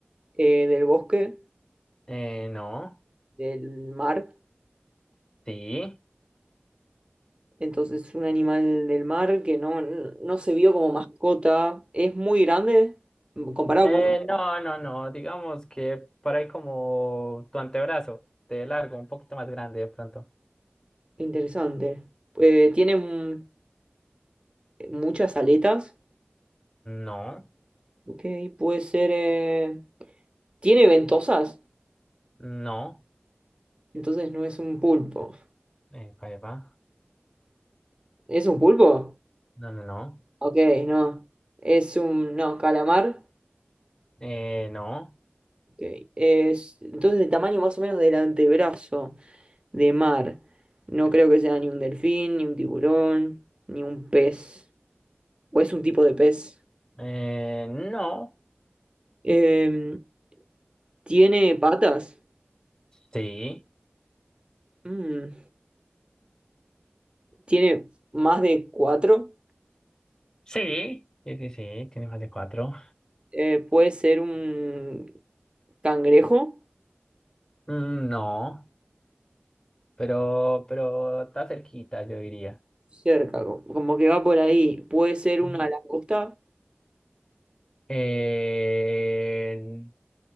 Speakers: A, on the right; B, on the left.
A: eh, del bosque,
B: eh, no,
A: del mar.
B: sí.
A: Entonces, un animal del mar que no, no se vio como mascota. Es muy grande comparado
B: Eh,
A: con... una.
B: no, no, no, digamos que por ahí como tu antebrazo, de largo, un poquito más grande de pronto.
A: Interesante. Eh, tiene mm, muchas aletas.
B: No,
A: Ok, puede ser... eh, Tiene ventosas.
B: no,
A: Entonces no es un pulpo.
B: eh, pa' ahí va.
A: ¿Es un pulpo?
B: No, no, no.
A: Ok, no. Es un. No, calamar.
B: Eh, no,
A: Ok, Es, entonces, el tamaño más o menos del antebrazo de mar. No creo que sea ni un delfín, ni un tiburón, ni un pez. O es un tipo de pez.
B: eh, no,
A: Em, ¿tiene patas?
B: sí,
A: Mm, ¿Tiene más de cuatro?
B: sí, sí, sí, sí, tiene más de cuatro.
A: Eh, ¿puede ser un cangrejo?
B: Mm, No. pero, pero está cerquita, yo diría.
A: Cerca, co- como que va por ahí. ¿Puede ser una
B: Ujú.
A: langosta?
B: Eh,